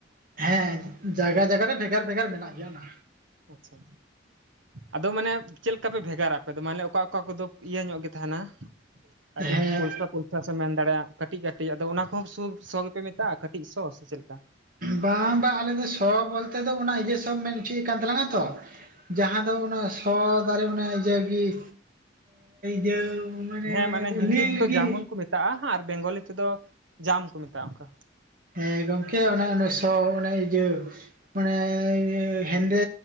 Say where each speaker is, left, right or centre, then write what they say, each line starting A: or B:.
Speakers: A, on the right (about 45°); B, on the right (about 85°).
A: ᱦᱮᱸ ᱡᱟᱭᱜᱟ ᱡᱟᱭᱜᱟ ᱨᱮ ᱵᱷᱮᱜᱟᱨᱻ ᱵᱷᱮᱜᱟᱨ ᱢᱮᱱᱟᱜ ᱜᱮᱭᱟ ᱚᱱᱟ
B: ᱟᱪᱪᱷᱟ ᱟᱫᱚ ᱢᱟᱱᱮ ᱪᱮᱫ ᱞᱮᱠᱟ ᱯᱮ ᱵᱷᱮᱜᱟᱨᱟ ᱟᱯᱮ ᱫᱚ ᱢᱟᱱᱮ ᱚᱠᱟ ᱚᱠᱟ ᱠᱚᱫᱚ ᱤᱭᱟᱹ ᱧᱚᱜ ᱜᱮ ᱛᱟᱦᱮᱱᱟ ᱟᱹᱰᱤ
A: ᱦᱮᱸ
B: ᱯᱚᱞᱥᱟ ᱯᱷᱚᱞᱥᱟ ᱥᱮ ᱢᱮᱱ ᱫᱟᱲᱮᱭᱟᱜᱼᱟ ᱠᱟᱹᱴᱤᱡ, -ᱠᱟᱹᱴᱤᱡ ᱟᱫᱚ ᱚᱱᱟ ᱠᱚᱦᱚᱸ ᱥᱩ ᱥᱚ ᱜᱮᱯᱮ ᱢᱮᱛᱟᱜᱼᱟ? ᱠᱟᱹᱴᱤᱡ ᱥᱚ ᱥᱮ ᱪᱮᱫ ᱞᱮᱠᱟ?
A: ᱵᱟᱝ ᱵᱟᱝ ᱟᱞᱮ ᱫᱚ ᱥᱚ ᱵᱚᱞᱛᱮ ᱫᱚ ᱚᱱᱟ ᱤᱭᱟᱹ ᱥᱚ ᱢᱮᱱ ᱦᱚᱪᱚᱭᱮᱫ ᱠᱟᱱ ᱛᱟᱞᱟᱝᱟ ᱛᱚ ᱡᱟᱦᱟᱸ ᱫᱚ ᱚᱱᱟ ᱥᱚ ᱫᱟᱨᱮ ᱢᱟᱱᱮ ᱡᱮ ᱤᱭᱟᱹ ᱤᱭᱟ. ᱜᱤ ᱤᱭᱟ. ᱢᱟᱱᱮ
B: ᱦᱮᱸ ᱦᱤᱱᱫᱤ
A: ᱱᱤᱞ
B: ᱛᱮᱫᱚ
A: ᱜᱮ
B: ᱡᱟᱢᱩᱱ ᱠᱚ ᱢᱮᱛᱟᱜᱼᱟ ᱦᱟᱸᱝ ᱟᱨ ᱵᱮᱝᱜᱚᱞᱤ ᱛᱮᱫᱚ ᱡᱟᱢ ᱠᱚ ᱢᱮᱛᱟᱜᱼᱟ ᱚᱱᱠᱟ
A: ᱦᱮᱸ ᱜᱚᱝᱠᱮ ᱚᱱᱮ ᱚᱱᱟᱚᱱ ᱥᱚ ᱚᱱᱮ ᱤᱭᱟᱹ ᱢᱟᱱᱮ ᱦᱮᱸᱫᱮ